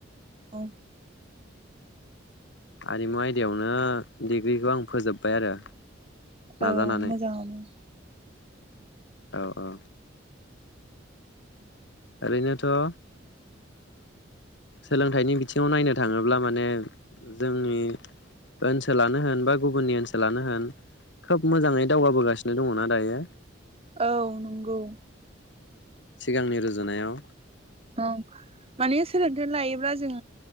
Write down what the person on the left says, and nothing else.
आरिमु आयदायावनो डिग्रिखौ आं फोजोबबाय आरो नाजानानै
औ औ ओरैनोथ' ओ सोलोंथाइनि बिथिङाव नायनो थाङोब्ला माने जोंनि ओनसोलानो होन बा गुबुननि ओनसोलानो होन खोब मोजाङै दावगाबोगासिनो दङना दायो
सिगांनि रुजुनायाव